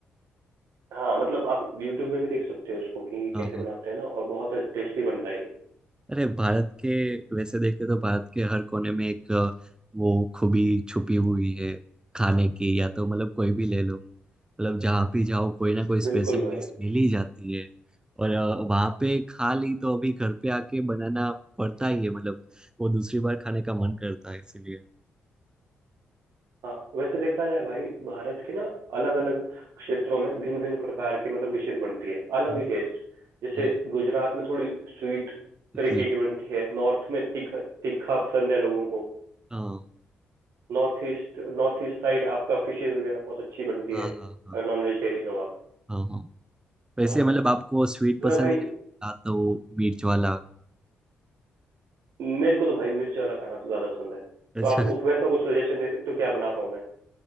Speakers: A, on the right; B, on the right.
A: हाँ मतलब आप यूट्यूब में भी देख सकते हो इसको कि
B: हाँ
A: कैसे
B: हाँ
A: बनाते हैं ना और बहुत टेस्टी बनता है ये
B: अरे भारत के वैसे देखे तो भारत के हर कोने में एक अ, वो खूबी छुपी हुई है खाने की या तो मतलब कोई भी ले लो मतलब जहाँ भी जाओ कोई ना कोई स्पेशल
A: बिल्कुल भाई
B: डिश मिल ही जाती है और अ, वहाँ पे खा ली तो अभी घर पे आके बनाना पड़ता ही है मतलब वो दूसरी बार खाने का मन करता है इसीलिए
A: हाँ वैसे देखा जाए भाई भारत के ना अलग अलग क्षेत्रों में भिन्न भिन्न प्रकार के मतलब डिशेस बनती है अलग
B: हाँ
A: ही टेस्ट जैसे
B: हाँ
A: गुजरात में थोड़ी स्वीट तरीके
B: स्वीट
A: की बनती है नॉर्थ में तीखा तीखा पसंद है लोगों को
B: हाँ
A: North east north east side आपका फिशेज वगैरह बहुत अच्छी बनती
B: हाँ
A: है अगर
B: हाँ हाँ
A: नॉन वेजिटेरियन हो आप
B: हाँ हाँ वैसे
A: हाँ
B: मतलब आपको स्वीट
A: मैं
B: पसंद
A: भाई
B: है या या तो मिर्च वाला
A: मेरे को तो भाई मिर्च वाला खाना ज्यादा पसंद है
B: अच्छा
A: तो आप उस वैसा कुछ सजेशन दे सकते हो क्या बना पाऊँ मैं